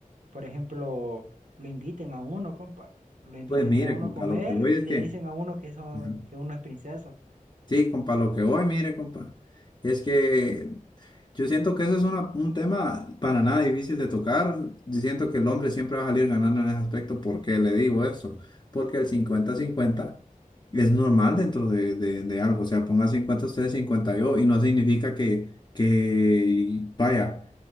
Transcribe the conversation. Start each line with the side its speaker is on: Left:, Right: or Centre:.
Right: por ejemplo, lo inviten a uno, compa, lo inviten
Left: Pues mire,
Right: a uno
Left: compa,
Right: a comer
Left: lo que voy
Right: y
Left: es
Right: le
Left: que.
Right: dicen a uno que, eso,
Left: Ajá.
Right: que uno es princeso.
Left: Sí, compa, lo que voy, mire, compa, es que yo siento que eso es una- un tema para nada difícil de tocar. Yo siento que el hombre siempre va a salir ganando en ese aspecto. ¿Por qué le digo eso? Porque el cincuenta-cincuenta es normal dentro de, de- de algo. O sea, ponga 50 ustedes, 50 yo, y no significa que, que, vaya,